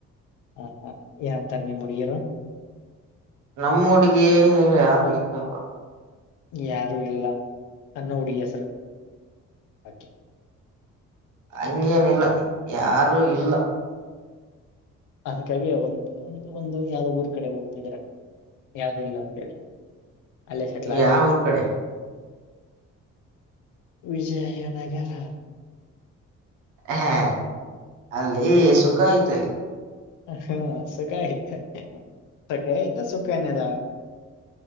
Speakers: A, on the left; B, on the right.
A: ಹ ಹಾ ಏನ್ ಅಂತರ ನಿಮ್ಮ್ ಹುಡುಗಿಯರು
B: ನಮ್ಮ ಹುಡುಗಿ ಯಾರು ಇಲ್ಲ ಪಾ
A: ಯಾರು ಇಲ್ಲ ಸಣ್ಣ ಹುಡುಗಿ ಹೆಸರು ಆಕೆ
B: ಹಂಗೇನಿಲ್ಲ ಯಾರು ಇಲ್ಲ
A: ಅದ್ಕಗಿ ಒಂದು ಒಂದು ಒಂದು ಯಾವ್ದೋ ಊರ್ ಕಡೆ ಹೋಗ್ತಿದ್ರ ಯಾವ್ದು ಇಲ್ಲ ಅಂತೇಳಿ. ಅಲ್ಲೇ ಸೆಟ್ಲ ಆಗಕ್ಕೆ.
B: ಯಾವ ಊರ್ ಕಡೆ
A: ವಿಜಯನಗರ
B: ಹಾ ಅಲ್ಲಿ ಸುಖ ಆಯ್ತಲ್ಲಿ.
A: ಹಾ ಅ ಸುಖ ಆಯ್ತೆ. ತೆಕೈತ ಸುಖನ್ಯದ.